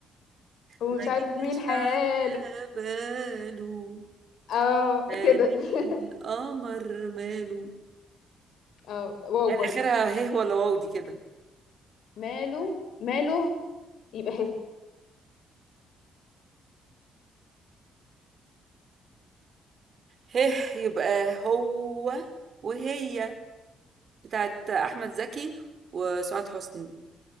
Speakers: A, on the left (about 70°); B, on the right (about 50°).
A: ومش
B: ما
A: عارف
B: جيش
A: مين حاله
B: على باله
A: اه
B: مال
A: كده <laughs>
B: القمر ماله
A: اه واو
B: يعني
A: برضو
B: آخرها هيه ولا واو دي كده
A: ماله ماله يبقى هي
B: هيه يبقى هو وهي بتاعت أحمد زكي وسعاد حسني